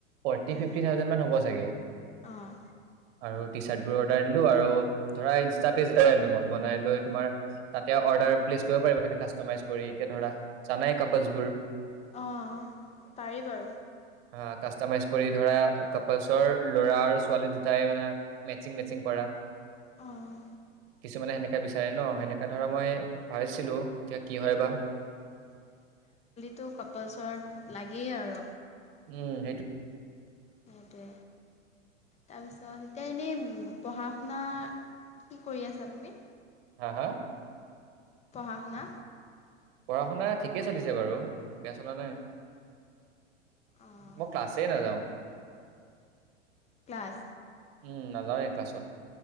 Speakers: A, on the right; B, on the left.
A: ফৰ্টি-ফিফটি
B: অঁ
A: থাউজেন মান হ'ব চাগে।
B: অঁ
A: আৰু টি চাৰ্ট বোৰ অৰ্ডাৰ দিলো আৰু ধৰা ইনষ্টা পেজ এটা আনিলো মই বনাই লৈ তোমাৰ তাতে অৰ্ডাৰ প্লেচ কৰিব পাৰিব সৈতে কাষ্টমাইজ কৰি এতিয়া ধৰা জানাই কাপল বোৰ।
B: অ পাৰি বাৰু
A: অ কাষ্টমাইজ কৰি ধৰা কাপলচৰ ল'ৰা আৰু ছোৱালী দুটাই মানে মেচিং মেচিং কৰা
B: আহ
A: কিছুমানে সেনেকে বিচাৰে ন সেনেকা ধৰা মই ভাবিছিলো এতিয়া কি হয় বা
B: তো কাপাল চৰত লাগেই আৰু
A: উম সেইটো
B: সেইটোৱে তাৰপিছত এতিয়া এনেই পঢ়া শুনা কি কৰি আছা তুমি?
A: হা হা
B: পঢ়া শুনা
A: পঢ়া-শুনা ঠিকেই চলিছে বাৰু বেয়া চলা নাই
B: অঁ
A: মই ক্লাছে নাযাওঁ।
B: ক্লাছ
A: উম নাযাৱেই ক্লাছত।